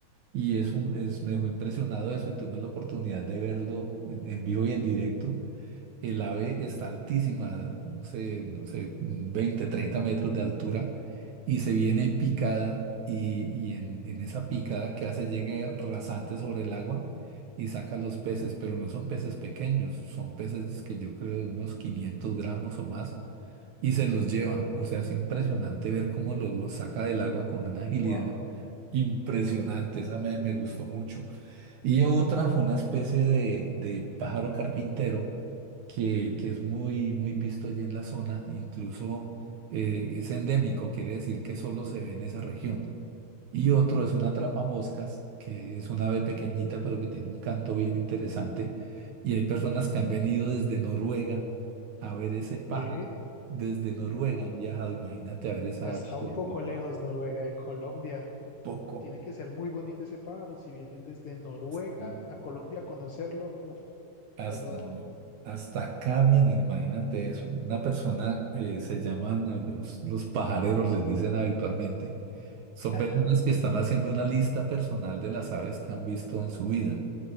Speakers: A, on the right (about 65°); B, on the left (about 75°).
A: Y es un, es, me dejó impresionado eso y tuve la oportunidad de verlo en, en vivo y en directo. El ave está altísima, no sé, no sé, veinte treinta metros de altura y se viene en picada y, y en, en esa picada que hace llega rasante sobre el agua y saca los peces, pero no son peces pequeños, son peces que yo creo de unos 500 gramos o más y se los lleva. O sea, es impresionante ver cómo los, los saca del agua con una agilidad
B: Wow,
A: impresionante. Esa me, me gustó mucho. Y otra fue una especie de, de pájaro carpintero que, que es muy, muy visto allí en la zona. Incluso eh, es endémico, quiere decir que solo se ve en esa región. Y otro es una moscas que es una ave pequeñita, pero que tiene un canto bien interesante. Y hay personas que han venido desde Noruega a ver ese pájaro.
B: eh,
A: Desde Noruega
B: no,
A: han viajado, imagínate a ver esa
B: está
A: ave
B: un
A: desde
B: poco lejos Noruega de Colombia.
A: poco.
B: Tiene que ser muy bonito ese pájaro. Si vienen desde Noruega
A: Sí.
B: a Colombia a conocerlo, uf, solo,
A: Hasta, hasta acá vienen, imagínate eso. Una persona, eh, se llaman eh, los, los pajareros, les dicen habitualmente. Son
B: <laughs>
A: personas que están haciendo una lista personal de las aves que han visto en su vida.